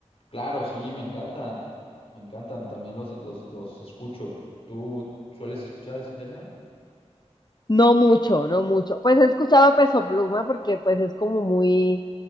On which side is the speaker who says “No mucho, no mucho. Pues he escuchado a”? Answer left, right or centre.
Left